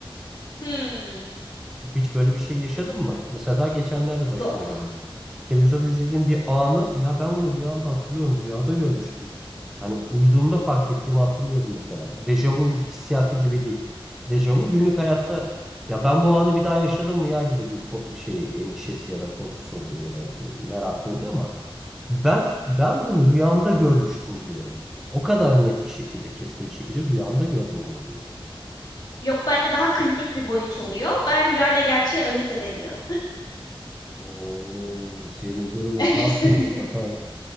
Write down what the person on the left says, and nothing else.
Hmm,
yok.
Yok bende daha klinik bir boyut oluyor. Ben rüyayla gerçeği ayırt edemiyorum.
<laughs> Evet.
<laughs>